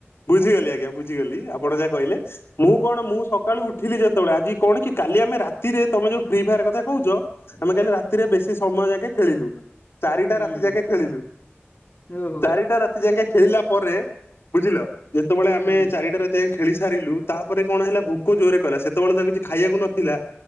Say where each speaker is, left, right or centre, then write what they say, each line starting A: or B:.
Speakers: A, on the left; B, on the left.
A: ବୁଝିଗଲି ଆଜ୍ଞା ବୁଝିଗଲି ଆପଣ ଯାହା କହିଲେ ମୁଁ କଣ ମୁଁ ସକାଳୁ ଉଠିଲି ଯେତେବେଳେ ଆଜି କଣ କି କାଲି ଆମେ ରାତିରେ ତମେ ଯୋଉ ଫ୍ରି ଫାୟାର କଥା କହୁଛ ଆମେ କାଲି ରାତିରେ ବେଶୀ ସମୟ ଯାକେ ଖେଳିଲୁ। ଚାରିଟା
B: ହୁଁ
A: ରାତି ଯାକେ ଖେଳିଲୁ।
B: ଓହୋ
A: ଚାରିଟା ରାତି ଯାଙ୍କା ଖେଳିଲା ପରେ ବୁଝିଲ ଯେତେବେଳେ ଆମେ
B: ହୁଁ
A: ଚାରିଟା ରାତି ଯା ଖେଳି ସାରିଲୁ ତାପରେ କଣ ହେଲା ଭୋକ ଜୋରରେ କଲା ସେତେବେଳେ ତ କିଛି ଖାଇବାକୁ ନଥିଲା